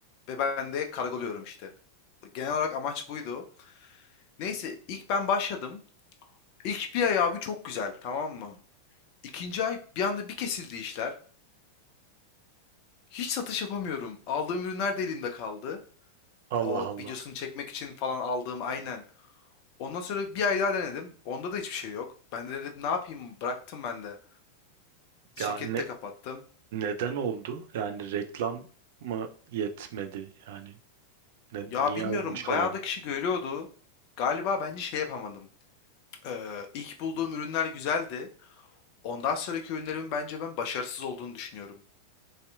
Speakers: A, on the left (about 45°); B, on the right (about 50°).
A: Ve ben de kargoluyorum işte. Genel olarak amaç buydu. Neyse ilk ben başladım. İlk bir ay abi çok güzel tamam mı? İkinci ay bir anda bir kesildi işler. Hiç satış yapamıyorum. Aldığım ürünler de elimde kaldı.
B: Allah
A: O
B: Allah.
A: videosunu çekmek için falan aldığım aynen. Ondan sonra bir ay daha denedim. Onda da hiçbir şey yok. Ben de dedim ne yapayım bıraktım ben de. Şirketi
B: Ya ne
A: de kapattım.
B: neden oldu? Yani reklam mı yetmedi? Yani ne, niye
A: Ya bilmiyorum
B: olmuş
A: bayağı
B: olabilir?
A: da kişi görüyordu. Galiba bence şey yapamadım. Ee, ilk bulduğum ürünler güzeldi. Ondan sonraki ürünlerimin bence ben başarısız olduğunu düşünüyorum.